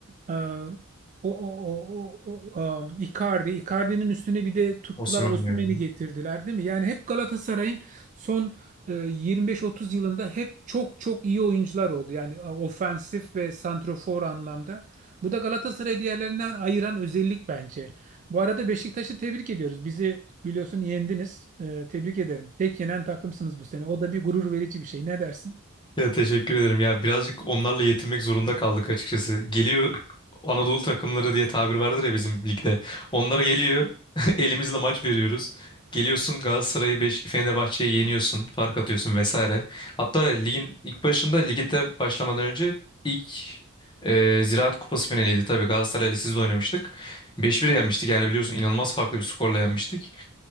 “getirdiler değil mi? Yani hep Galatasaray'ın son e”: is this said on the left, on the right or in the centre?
Right